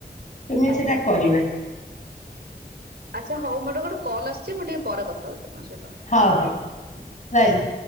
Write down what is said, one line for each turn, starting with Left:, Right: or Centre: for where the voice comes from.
Left: କେମିତି
Right: ଆଜ୍ଞା।
Left: ସେଟା କରିବା।
Right: ଆଚ୍ଛା ହଉ ମୋର ଗୋଟେ କଲ୍ ଆସିଛି ମୁଁ ଟିକେ ପରେ କଥା ହଉଛି ଆପଣଙ୍କ ସହିତ।
Left: ହଉ ହଉ ରହିଲି।